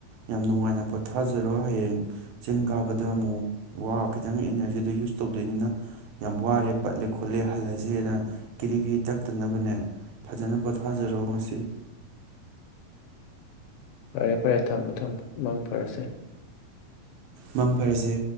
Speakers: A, on the right (about 70°); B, on the left (about 80°).
A: ꯌꯥꯝ ꯅꯨꯡꯉꯥꯏꯅ ꯄꯣꯊꯥꯖꯔꯣ ꯍꯌꯦꯡ ꯆꯤꯡ ꯀꯥꯕꯗ ꯑꯃꯨꯛ ꯋꯥ ꯈꯤꯇꯪ ꯏꯅꯔꯖꯤꯗꯣ ꯌꯨꯁ ꯇꯧꯗꯣꯏꯅꯤꯅ ꯌꯥꯝ ꯋꯥꯔꯦ ꯄꯠꯂꯦ ꯈꯣꯠꯂꯦ ꯍꯜꯂꯁꯦꯅ ꯀꯤꯔꯤ ꯀꯤꯔꯤ ꯇꯛꯇꯅꯕꯅꯦ ꯐꯖꯅ ꯄꯣꯥ ꯊꯥꯖꯔꯣ ꯉꯁꯤ <inaudible>
B: ꯐꯔꯦ ꯐꯔꯦ ꯊꯝꯃꯦ ꯊꯝꯃꯦ ꯅꯪ ꯐꯔꯁꯦ
A: ꯃꯪ ꯐꯔꯁꯦ